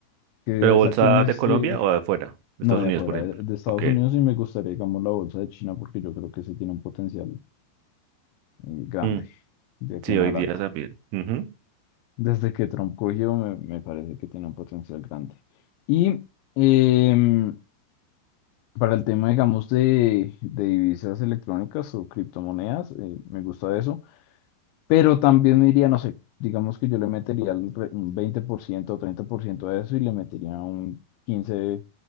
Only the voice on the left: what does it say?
que
esas
acciones
de,
No,
de
afuera,
de, de Estados
Unidos y me gustaría, digamos, la bolsa de China porque yo creo que ese tiene un potencial eh, grande
de aquí
en
adelante.
Desde que Trump cogió, me, me parece que tiene un potencial grande. Y em, para el tema, digamos, de, de divisas electrónicas o criptomonedas, eh, me gusta eso, pero también me iría, no sé, digamos que yo le metería el re- un 20% o 30% de eso y le metería un 15